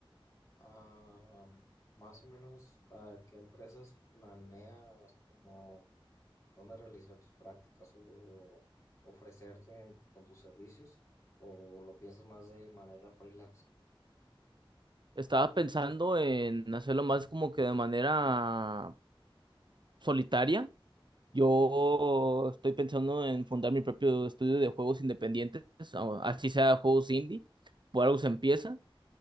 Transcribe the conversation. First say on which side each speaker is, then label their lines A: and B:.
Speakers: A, on the left; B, on the right.
A: ah, más o menos a qué empresas planeas, como, dónde realizar tus prácticas o ofrecerte en- con tus servicios? ¿O lo piensas más de manera freelance?
B: Estaba pensando en hacerlo más como que de manera solitaria Yo estoy pensando en fundar mi propio estudio de juegos independientes, o así sea juegos indie, por algo se empieza.